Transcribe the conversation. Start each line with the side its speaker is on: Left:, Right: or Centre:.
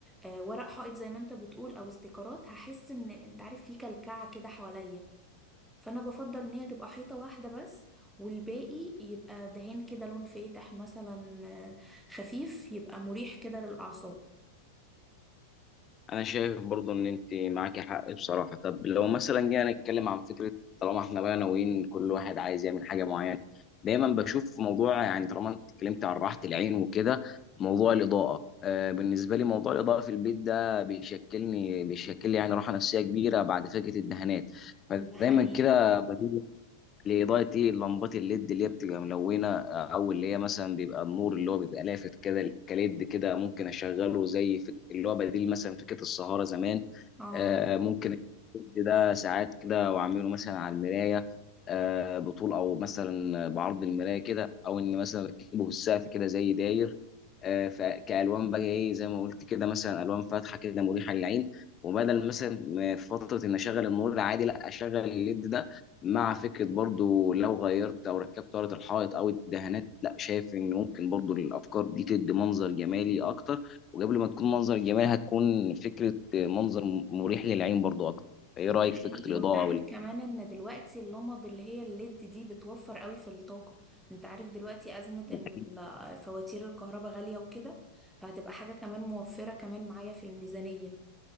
Centre: آه، ورق حائط زي ما انت بتقول او استيكرات هحس ان انت عارف في كلكعة كده حواليا فانا بفضل ان هي تبقى حيطة واحدة بس والباقي يبقى دهان كده لون فاتح مثلا آه، خفيف يبقى مريح كده للأعصاب
Left: انا شايف برضو ان انت معاكي حق بصراحه طب لو مثلا جينا نتكلم عن فكره طالما احنا بقى ناويين كل واحد عايز يعمل حاجه معينه دايما بشوف موضوع يعني طالما انت اتكلمت عن راحه العين وكده موضوع الاضاءه آه بالنسبه لي موضوع الاضاءه في البيت ده بيشكلني بيشكل لي يعني راحه نفسيه كبيره بعد فكره الدهانات فدايما
Centre: ده حقيقي
Left: كده بميل لإضاءة إيه لمبات الليد اللي هي بتبقى ملونة آه، أو اللي هي مثلا بيبقى النور اللي هو بيبقى لافت كده كليد كده ممكن أشغله زي فك... اللي هو بديل مثلا فكرة السهارة زمان
Centre: اه
Left: آه ممكن الليد ده ساعات كده وأعمله مثلا على المراية آه بطول أو مثلا بعرض المراية كده أو إن مثلا أكتبه في السقف كده زي داير آه، فكألوان بقى إيه زي ما قلت كده مثلا ألوان فاتحة كده مريحة للعين وبدل مثلا ما في فترة إن أشغل النور العادي لا أشغل الليد ده مع فكرة برضو لو غيرت أو ركبت ورقة الحائط أو الدهانات لا شايف إن ممكن برضو الأفكار دي تدي منظر جمالي أكتر وقبل ما تكون منظر جمالي هتكون فكرة منظر مريح للعين برضو أكتر إيه
Centre: ده
Left: رأيك
Centre: حقيقي
Left: في فكرة الإضاءة
Centre: وانت عارف كمان ان دلوقتي اللمض اللي هي الليد دي بتوفر قوي في الطاقة انت عارف دلوقتي ازمة
Left: والإنتاج
Centre: ان ال- فواتير الكهرباء غالية وكده فهتبقى حاجة كمان موفرة كمان معايا في الميزانية